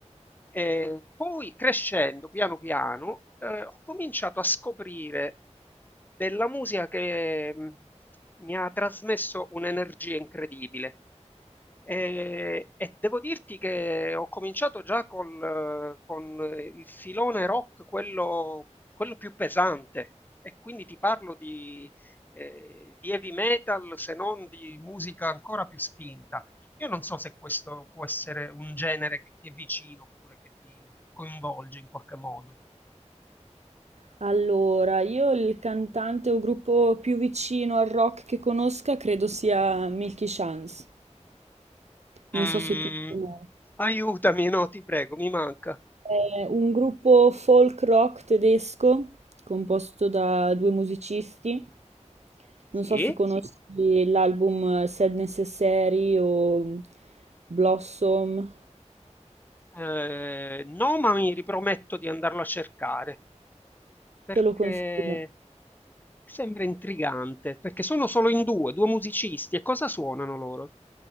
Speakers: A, on the left; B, on the right.
A: E poi crescendo piano piano eh, ho cominciato a scoprire della musica che mh, mi ha trasmesso un'energia incredibile. E, e devo dirti che ho cominciato già col, eh, con il filone rock, quello, quello più pesante, e quindi ti parlo di, eh, di heavy metal, se non di musica ancora più spinta. Io non so se questo può essere un genere che ti è vicino oppure che ti coinvolge in qualche modo.
B: Allora, io il cantante o gruppo più vicino al rock che conosca credo sia Milky Chance. Non
A: Mm,
B: so se tu lo conosci.
A: aiutami, no, ti prego, mi manca.
B: È un gruppo folk rock tedesco composto da due musicisti.
A: Sì?
B: Non so se Sì. conosci l'album Sad Necessary o Blossom.
A: Eh, no, ma mi riprometto di andarlo a cercare. Perché
B: Te lo consiglio molto.
A: sembra intrigante, perché sono solo in due, due musicisti, e cosa suonano loro?